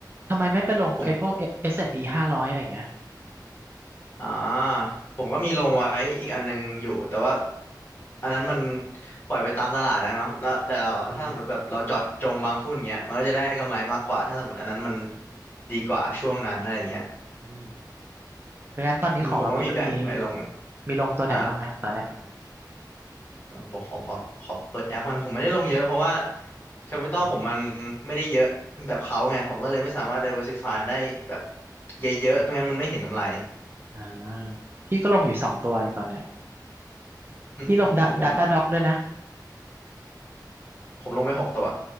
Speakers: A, on the right (about 30°); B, on the left (about 30°).
A: ทำไมไม่ไปลงไอ้พวก
B: ผม
A: S&P ห้าร้อยอะไรอย่างเงี้ย
B: อ่าผมก็มีลงไว้อีกอันหนึงอยู่แต่ว่าอันนั้นมันปล่อยไปตามตลาดนะเนาะแล้วแต่เราถ้าสมมติแบบเราเจาะจงบางหุ้นเงี้ยมันก็จะได้กำไรมากกว่าถ้าสมมติอันนั้นมัน
A: อืม
B: ดีกว่าช่วงนั้นอะไรเงี้ย
A: อืมเพราะงั้นตอนนี้ของเรามีมี
B: อืมผมก็มีแบ่งไว้ลง
A: มีลงตัวไหนบ้างนะตอนเนี้ย
B: อ่า เอ่บอกขอขอขอเปิดแอปกันผมไม่ได้ลงเยอะเพราะว่าแคปิตอลผมมันไม่ได้เยอะแบบเขาไงผมก็เลยไม่สามารถ
A: เอ้ย
B: diversify ได้แบบเยอะๆไม่งั้นมันไม่เห็นกำไร
A: อืมอ่าพี่ก็ลงอยู่สองตัวเองตอนเนี้ย
B: อืมโอ้โหผม
A: พี่ลง Da- Data Doc ด้วยนะ
B: ผมลงไปหกตัว